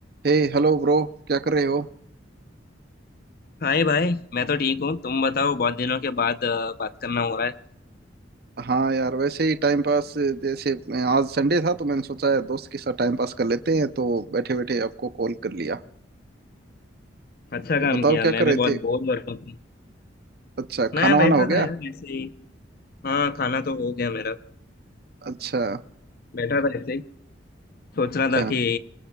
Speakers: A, on the right (about 55°); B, on the left (about 50°).
A: हे hello bro क्या कर रहे हो
B: हाय भाई मैं तो ठीक हूँ तुम बताओ बहुत दिनों के बाद अ, बात करना हो रहा है
A: हाँ यार वैसे ही टाइम पास जैसे आज संडे था तो मैंने सोचा है दोस्त के साथ टाइम पास कर लेते हैं तो बैठे बैठे आपको कॉल कर लिया
B: अच्छा
A: तो
B: काम
A: बताओ
B: किया
A: क्या कर
B: मैं भी
A: रहे
B: बहुत
A: थे
B: बोर हो रहा हूँ
A: अच्छा
B: मैं
A: खाना
B: बैठा
A: वाना हो गया
B: था यार ऐसे ही हाँ खाना तो हो गया मेरा अ,
A: अच्छा
B: बैठा था ऐसे ही सोच रहा
A: अच्छा
B: था कि